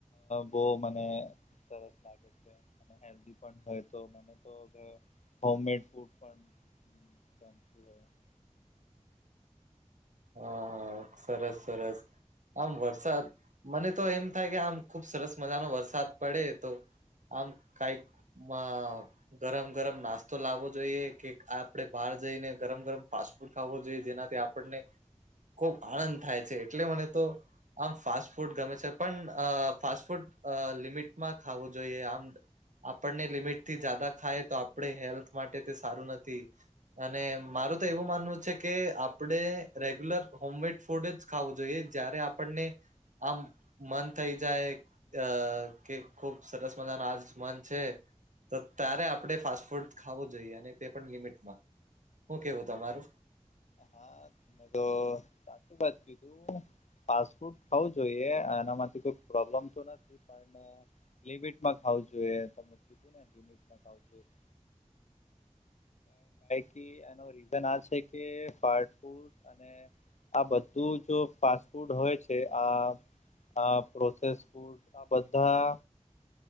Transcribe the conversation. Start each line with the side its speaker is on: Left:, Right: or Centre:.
Left: બહ મને સરસ લાગે છે. હેલ્ પણ હોય તો મ તો હોમ મેડ ફૂડ પણ <unintelligible>
Right: હા હા સરસ સરસ. આમ વરસાદ મને તો એમ થાય કે આમ ખુબ સરસ મજાનો વરસાદ પડે તો આમ કઈ અ ગરમ ગરમ નાસ્તો લાવવો જોઈએ કે આપડે બહાર જઈને ગરમ ગરમ ફાસ્ટૂડ ખાવો જોઈએ જેનાથી આપણને ખુબ આનંદ થાય છે એટલે મને તો આમ ફાસ્ટ ફૂડ ગમે છે પણ અ ફાસ્ટ ફૂડ લિમિટમાં ખાવું જોઈએ આમ. આપણને લિમિટ થી જદા ખાય તો આપણે હેલ્થ માટે તે સારું નથી. અને મારું તો એવું માનવું છે કે આપડે રેગ્યુલર હોમ મેડ ફૂડ જ ખાવું જોઈએ જય્યારે આપણને આમ મન થઈ જાય. અ કે ખુબ સરસ મજા ન આજ મન છે. તો ત્યારે આપણે ફાસ્ટ ફૂડ ખાવું જોઈએ અને તે પણ લિમિટમાં શું કેવું તમારું.
Left: હા મેં તો સાચી વાત ક ફાસ્ટફૂડ ખાવુ જોઈએ એના થી કોઈ પ્રોબ્લેમ તો નથી પણ લિમિટમાં ખાવું જોઈએ તમે કીધુ ને લિમિટ મા ખાવુ જોયે ક એનો રીઝન આ છે. ફાસ્ટફુટ આ બધું જો ફાસ્ટ ફૂડ હોય છે આ. આ પ્રોસેસ ફૂડ આ બધા